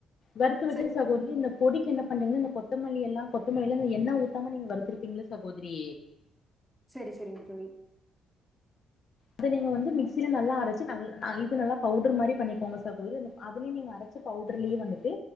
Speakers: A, on the left; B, in the centre.
A: வறுத்து வச்சிரு
B: செ
A: சகோதரி இந்த பொடிக் என்ன பண்றீங்னா இந்த கொத்தமல்லி எல்லா கொத்தமல்லில அந்த எண்ணெ ஊத்தாம நீங்க வறுத்துருக்கீங்கள சகோதரி
B: செரி செரிங் தோழி
A: அத நீங்க வந்து மிக்சில நல்லா அரைச்சு நல் இது நல்லா பவுடர் மாரி பண்ணிக்கோங்க சகோதரி அ அதுலியு நீங்க அரைச்சு பவுடர்லயே வந்துட்டு